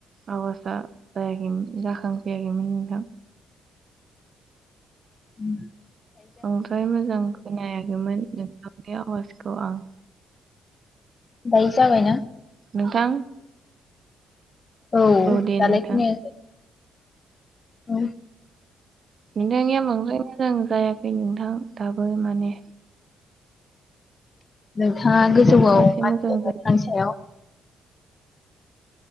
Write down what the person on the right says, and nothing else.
आवाजा जायाखैमोन जाखांफैयाखैमोन नोंथां।
बांद्राय मोजांखौननायाखैमोन नोंथांनि आवाजखौ आं
नोंथां
दे
नोंथां
नोंथांनिया बांद्राय मोजां जायाखै नोंथां दाबो माने
नोंथाङा
एसे
मोजां
जादों